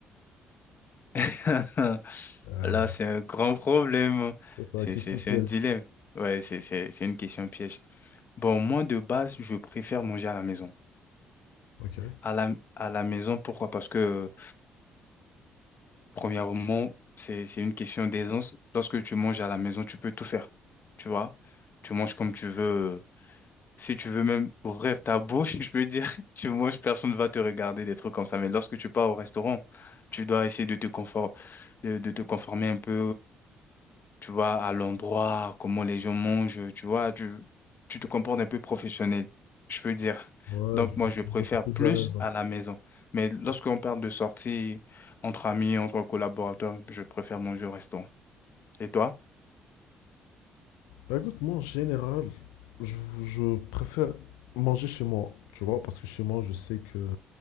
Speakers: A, on the left (about 45°); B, on the left (about 85°).
A: <laughs>
B: Euh,
A: Là, c'est un grand problème.
B: Ça, c'est
A: C'est,
B: la question
A: c'est, c'est
B: piège.
A: un dilemme. Ouais, c'est, c'est, c'est une question piège. Bon, moi, de base, je préfère manger à la maison.
B: Ok.
A: À la, à la maison, pourquoi? Parce que Premièrement, c'est, c'est une question d'aisance. Lorsque tu manges à la maison, tu peux tout faire. Tu vois? Tu manges comme tu veux. Si tu veux même ouvrir ta bouche, <laughs> je peux dire, tu manges, personne ne va te regarder, des trucs comme ça. Mais lorsque tu pars au restaurant, tu dois essayer de te confort, de, de te conformer un peu tu vois, à l'endroit, comment les gens mangent, tu vois, tu, tu te comportes un peu professionnel, je peux dire.
B: Ouais,
A: Donc,
B: je
A: moi,
B: vois.
A: je préfère
B: Je suis plus
A: plus
B: à l'aise.
A: à la maison. Mais lorsqu'on parle de sortie entre amis, entre collaborateurs, je préfère manger au restaurant. Et toi?
B: Bah écoute, moi en général, je, je préfère manger chez moi, tu vois, parce que chez moi, je sais que...